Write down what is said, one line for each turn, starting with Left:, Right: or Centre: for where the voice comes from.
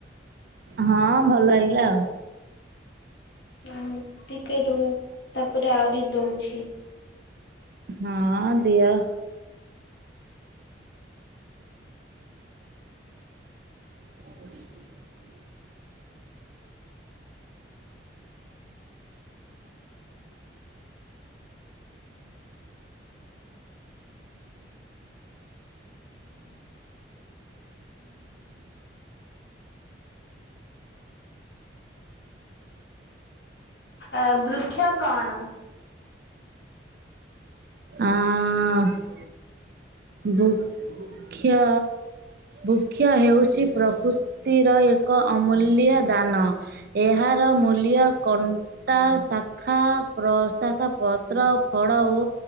Right: ହଁ ଭଲ ଲାଗିଲା ଆଉ।
Left: ହ। ଟିକେ ରୁ ତାପରେ ଆହୁରି ଦଉଛି।
Right: ହଁ ଦିଅ। ହ <inaudible>
Left: ଆ ବୃକ୍ଷ କଣ?
Right: ଆଉଁ। ବୃକ୍ଷ ବୃକ୍ଷ ହେଉଛି ପ୍ରକୃତି। ତେର ଏକ <inaudible> ଏକ ଅମୂଲ୍ୟ ଦାନ। ଏହାର ମୂଲ୍ୟ କନ। ଟା ସା ଖା ପ୍ରସାଖା ପତ୍ର, ଫଳ ଓ